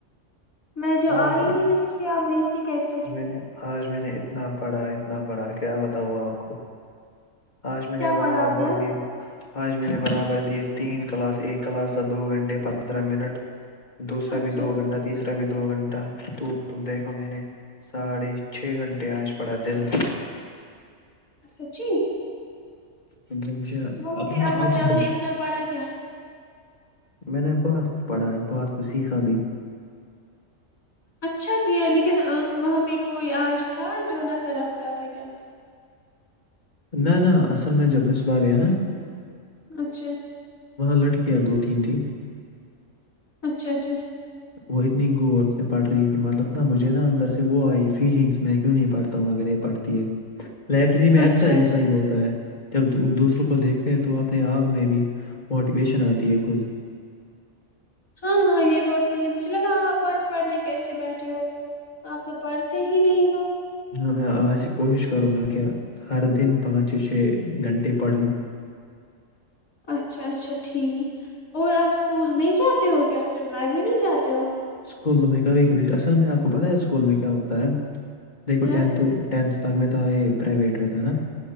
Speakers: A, on the left; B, on the left.
A: میں جو
B: آج
A: آئی
B: میں
A: ہی نہیں تھی آپ دیکھتی کیسے
B: نے آج میں نے اتنا پڑھا اتنا بڑا کیا بتا ہوا آپ کو آج میں
A: کیا
B: نے
A: پڑھا
B: برابر
A: آپ نے آج
B: دیے آج میں نے برابر دیے تین کا کلاس ایک کلاس کا دو گھنٹے پندرہ منٹ دوسا
A: اچھا
B: بھی دو گنٹہ تیسرا <unintelligible> دو گھنٹہ تو تم دیکھو میں نے ساڑھے چھ گھنٹے آج پڑا دن میں
A: سچی
B: سمجھا مجھے
A: وہاں
B: اپنا
A: پہ آج
B: آنکھوں
A: آپ
B: میں
A: نے اتنا پڑھا کیا
B: میں نے بہت کچھ پڑھاج بہت کچھ سیکھا بھی
A: اچھا کیا لیکن وہاں پہ کوئی آج تھا جو نظر رکھتا تھا کیا
B: نہ نہ اصل میں جبصبح گیا نا
A: اچھا
B: لٹ کے دو تین ت
A: اچھا اچھا
B: وہ اتنی غور سے پڑھ رہی تھی مطلب نا مجھے نا اندر سے وہ آئی فیلنگس میں کیوں نہیں پڑھتا ہوں اگر یہ پڑھتی ہے لائبریری میں
A: اچھا
B: اکثر
A: اچھا
B: ایسا ہی ہوتا ہے جب دوسروں کو دیکھتے ہیں تو اپنے آپ میں بھی موٹیویشن آتی ہے خود
A: ہاں ہاں یہ بات صحیح ہے مجھے لگا آپ آج پڑھنے کیسے بیٹھے ہو آپ تو پڑھتے ہی نہیں ہو
B: میں آج سے کوشش کروں گا کیا ہر دن پانچ چھ گھنٹے پڑھوں
A: اچھا اچھا ٹھیک اور آپ اسکول نہیں جاتے ہو کیا صرف لائبریری نہیں جاتے ہو
B: اسکول تو میں کبھی کبھی اصل میں آپ کو پتا ہے اسکول میں کیا ہوتا ہے دیکھو
A: کیا
B: ٹھ ٹھ لگ میں تھا یہ پرائیویٹ میں تھا نا